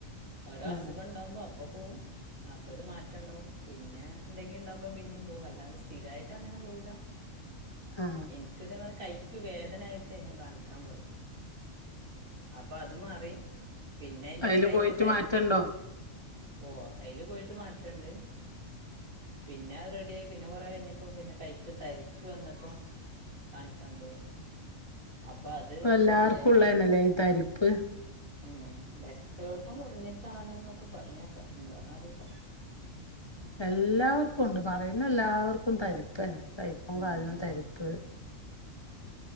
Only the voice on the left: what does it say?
ആ
ആ
അതില്
പോയിട്ട്
മാറ്റണ്ടോ
ഇപ്പൊ എല്ലാർക്കുള്ളനല്ലേ
ഈ തരിപ്പ്
എല്ലാവർക്കും ഉണ്ട് പറയുന്ന എല്ലാവർക്കും തരിപ്പ്ന്നെ കൈക്കും
കാലും
തരിപ്പ്